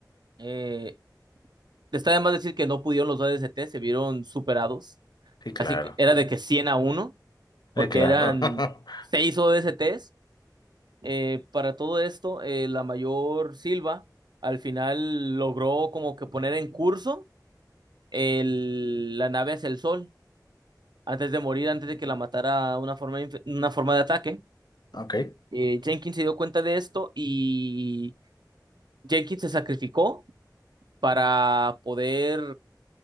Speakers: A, on the right (about 75°); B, on the left (about 70°).
A: Eh, está además decir que no pudieron los ODSTs, se vieron superados.
B: Sí, claro.
A: Así que era de que 100 a uno porque
B: Sí, claro.
A: eran
B: <laughs>
A: seis o ODSTs. Eh, para todo esto, eh, la mayor Silva al final logró como que poner en curso el- la nave hacia el sol antes de morir, antes de que la matara una forma, inf- una forma de ataque.
B: Ok.
A: Eh, Jenkins se dio cuenta de esto y Jenkins se sacrificó para poder,